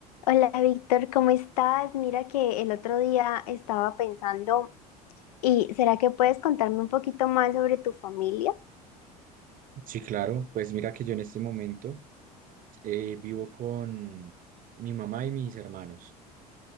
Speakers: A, on the left (about 75°); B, on the right (about 45°).
A: Hola Víctor, ¿cómo estás? Mira que el otro día estaba pensando, ¿y será que puedes contarme un poquito más sobre tu familia?
B: Sí, claro. Pues mira que yo en este momento eh, vivo con mi mamá y mis hermanos.